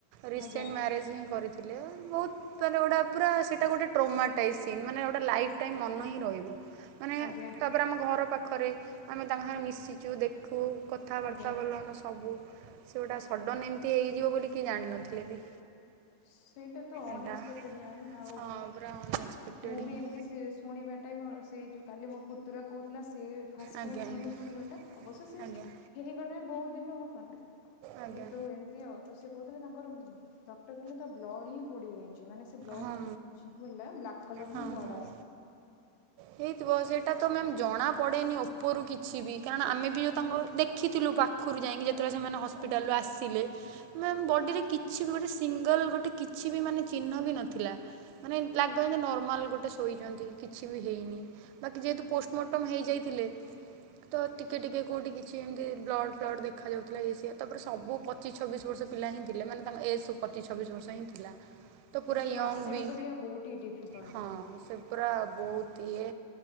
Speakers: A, on the right; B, on the left.
A: ରିସେଣ୍ଟ
B: ଆଜ୍ଞା
A: ମ୍ୟାରେଜ୍ ହିଁ କରିଥିଲେ ବହୁତ <unintelligible> ଗୋଟା ପୁରା ସେଇଟା ଗୋଟେ ଟ୍ରୋମାଟାଇ ସିନ୍ ମାନେ ଗୋଟେ ଲାଇଫ ଟାଇମ୍ ମନ ହିଁ ରହିବ ମାନେ
B: ଆଜ୍ଞା।
A: ତା ପରେ ଆମ ଘର ପାଖରେ ଆମେ ତାଙ୍କ ସାଙ୍ଗରେ ମିଶିଚୁ ଦେଖୁ କ କଥାବାର୍ତ୍ତା
B: ଆଜ୍ଞା।
A: ଭଲ ଲାଗୁନି ସବୁ ସେଗୁଡା ସଡ଼ନ ଏମିତି ହେଇଯିବ ବୋଲି କିଏ ଜାଣିନଥିଲେ ବି।
B: ସେଇଟା ତ ଅନଏକ୍ସପେରେଡ
A: ଏଇଟା
B: ମ୍ୟାମ୍ ଆଉ
A: ହଁ ପୁରା ଅନଏକ୍ସପେକ୍ଟେଡ଼୍
B: ମୁଁ
A: ହିଁ
B: ବି ଏମତି ସି ଶୁଣିବାଟାଇ ମୋର ସେଇ ଯଉ କାଲି ମୋ ପୁତୁରା କଉଥୁଲା ସେ ଫାସ୍
A: ଆଜ୍ଞା
B: ଟାଇମ୍
A: ଆଜ୍ଞା
B: ମାନେ ମୁଁ ଶୁଣିବା ଟା ଅବଶ୍ୟ ସେ
A: ଆଜ୍ଞା
B: ହେଇଗଲା ବହୁତ ଦିନ ହ <unintelligible>
A: ଆଜ୍ଞା
B: କିନ୍ତୁ ଏମିତି ଆଉ ତ ସେ କଉଥିଲେ ତାଙ୍କର ଡକ୍ଟର କହିଲେ ତା ବ୍ଲଡ ହିଁ ପୋଡିଯାଇଚି ମାନେ ସେ ବ୍ଲଡ
A: ହଁ
B: ଜ ହେଲା ବ୍ଲାକ୍ କଲର
A: ହଁ
B: ହିଁ ବ୍ଲଡ
A: ହଁ
B: ଆସେ।
A: ହେଇଥିବ ସେଇଟା ତ ମ୍ୟାମ୍ ଜଣାପଡ଼େନି ଓପରୁ କିଛି ବି କାରଣ ଆମେ ବି ଯଉ ତାଙ୍କର ଦେଖିଥିଲୁ ପା ପାଖରୁ ଯାଇକି ଯେତେବେଳେ ସେମାନେ ହସ୍ପିଟାଲରୁ ଆସିଲେ। ମେମ୍ ବଡି ରେ କିଛି ବି ଗୋଟେ ସିଙ୍ଗଲ ଗୋଟେ କିଛି ବି ମାନେ ଚିହ୍ନ ବି ନାହିଁ। ନଥିଲା ମାନେ ଲାଗ ନର୍ମାଲ ଗୋଟେ ଶୋଇଛନ୍ତି କିଛି ବି ହେଇନି। ବାକି ଯେହେତୁ ପୋଷ୍ଟମର୍ଟମ ହେଇଯାଇଥିଲେ ତ ଟିକେ ଟିକେ କୋଉଠି କିଛି ଏମିତି ବ୍ଲଡ ଫ୍ଲଡ଼ ଦେଖାଯାଉଥିଲା ଇଏ ସିଏ ତାପରେ ସବୁ ପଚିଛି ଛବିଶି ବର୍ଷ ପିଲା ହିଁ ଥିଲେ ମାନେ ତାଙ୍କ ଏଜ ସବୁ ପଚିଶ ଛବିଶ ବର୍ଷ ହିଁ ଥିଲା। ତ ପୁରା
B: ଏସବୁ
A: ୟଙ୍ଗ
B: ଆକ୍ସେପ୍ଟ
A: ବି
B: କରିବା ବହୁତ ହି ଡିଫିକଲ୍ଟ
A: ହଁ
B: ଆକ୍ଚୁଆଲି
A: ସେ ପୁରା ବହୁତ ଇଏ